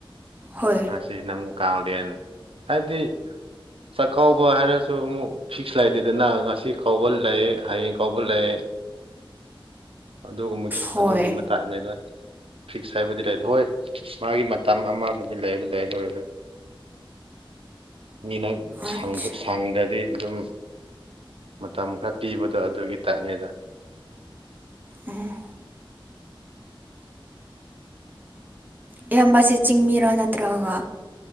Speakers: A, on the right; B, on the right.
A: ꯍꯣꯏ
B: ꯉꯁꯤꯅ ꯑꯃꯨꯛ ꯀꯥꯡꯂꯦꯟ ꯍꯥꯏꯗꯤ ꯆꯥꯛꯀꯥꯎꯕ ꯍꯥꯏꯔꯁꯨ ꯑꯃꯨꯛ ꯐꯤꯛꯁ ꯂꯩꯇꯦꯗꯅ ꯉꯁꯤ ꯀꯧꯕꯥ ꯂꯩ ꯍꯌꯦꯡ ꯀꯧꯕ ꯂꯩ ꯑꯗꯨꯒꯨꯝꯕ
A: ꯍꯣꯏ
B: ꯑꯗꯨꯒꯨꯝꯕ ꯇꯥꯏꯞꯅꯦ ꯑꯗ ꯐꯤꯛꯁ ꯍꯥꯏꯕꯨꯗꯤ ꯂꯩꯇꯦ ꯍꯣꯏ ꯃꯥꯒꯤ ꯃꯇꯝ ꯑꯃꯕꯨ ꯏ ꯂꯩꯕ ꯂꯩ ꯂꯣꯏ ꯗ ꯃꯤꯅ ꯁꯪ
A: ꯑꯠꯆꯥ
B: ꯁꯪꯗ꯭ꯔꯗꯤ ꯑꯗꯨꯝ ꯃꯇꯝ ꯈꯔ ꯄꯤꯕꯗꯣ ꯑꯗꯨꯒꯤ ꯇꯥꯏꯞꯅꯤꯗ
A: ꯎꯝ ꯑꯌꯥꯝꯕꯁꯦ ꯆꯤꯡꯃꯤꯔꯥ ꯅꯠꯇ꯭ꯔꯒ